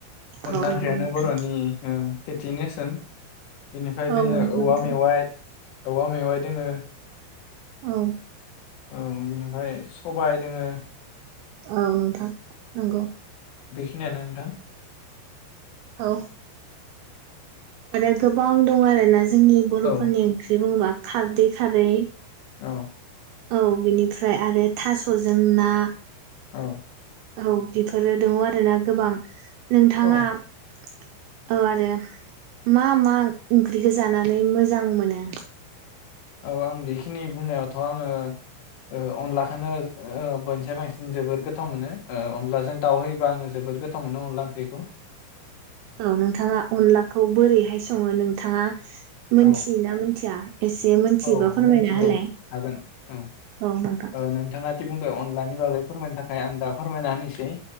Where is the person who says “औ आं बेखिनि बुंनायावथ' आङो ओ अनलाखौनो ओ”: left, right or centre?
Left